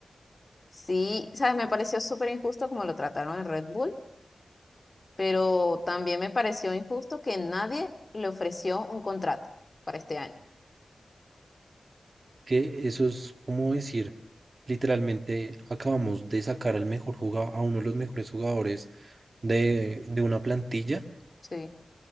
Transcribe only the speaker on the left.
Sí, sabes, me pareció súper injusto como lo trataron en Red Bull, pero también me pareció injusto que nadie le ofreció un contrato para este año.
Sí,